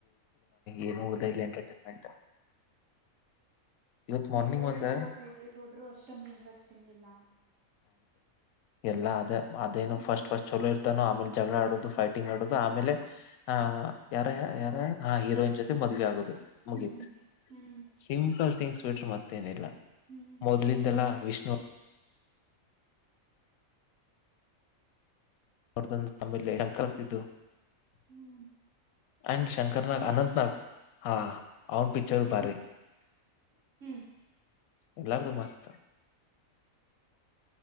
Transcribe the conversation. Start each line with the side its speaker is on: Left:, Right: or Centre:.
Left: ಏನುದ ಎಂಟರ್ಟೈನ್ಮೆಂಟ್ ಇವತ್ ಮಾರ್ನಿಂಗ್
Right: ಈ ಮೂವೀಸ್
Left: ಒಂದ
Right: ಥೇಟರ್ ಹೋದ್ರು ಅಷ್ಟೊಂದು ಇಂಟ್ರೆಸ್ಟಿಂಗ್ ಇಲ್ಲ
Left: ಎಲ್ಲ ಅದೇ ಅದೇನು
Right: ಹ್ಮ್
Left: ಫಸ್ಟ್ ಫಸ್ಟ್ ಚಲೋ ಇರ್ತಾನೋ ಆಮೇಲೆ ಜಗಳ ಆಡೋುದು ಫೈಟಿಂಗ್ ಆಡೋದು ಆಮೇಲೆ ಆಹ ಯಾರ ಯಾರ ಆ ಹೀರೋಯಿನ್ ಜೊತೆ ಮದ್ೆ ಆಗೋದು ಮುಗೀತ್
Right: ಹ್ಮ್ ಹ್ಮ್
Left: ಸಿಂಪಲ್ ಥಿಂಗ್ ಸ್ವೆಟರ್ ಮತ್ತೇನಿಲ್ಲ
Right: ಹ್ಮ್
Left: ಮೊದ್ಲಿಂದೆಲ್ಲಾ ವಿಷ್ಣು ಅವರ್ದನ್ನು ತಂಬಲೆ ಅಂಕರ್ತಿದ್ದು
Right: ಹ್ಮ್
Left: ಅಂಡ ಶಂಕರ
Right: ಹ್ಮ್
Left: ನಾಗ ಅನಂತ ನಾಗ ಹಾ ಅವನ್ ಪಿಚರ್ ಭಾರಿ
Right: ಹ್ಮ್ <unintelligible>
Left: ಎಲ್ಲಾರ್ಗು ಮಸ್ತ್